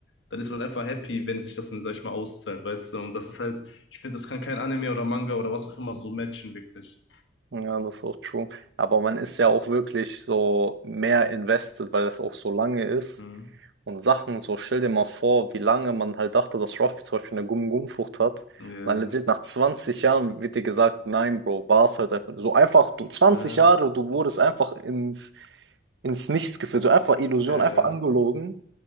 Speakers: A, on the left; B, on the right.
A: dann ist man einfach happy, wenn sich das dann, sag ich mal, auszahlt, weißt du? Und das ist halt, ich finde, das kann kein Anime oder Manga oder was auch immer so matchen, wirklich.
B: Ja, das ist auch true. Aber man ist ja auch wirklich so mehr invested, weil es auch so lange ist.
A: Mhm.
B: Und Sachen, so stell dir mal vor, wie lange man halt dachte, dass Ruffy zum Beispiel eine Gum-Gum-Frucht hat.
A: Ja,
B: Und dann legit nach 20 Jahren wird dir gesagt, nein, Bro, war es halt einfach. So einfach, du zwanzig
A: ja,
B: Jahre, du wurdest einfach ins ins Nichts geführt, so einfach Illusion,
A: ja, ja,
B: einfach
A: ja,
B: angelogen.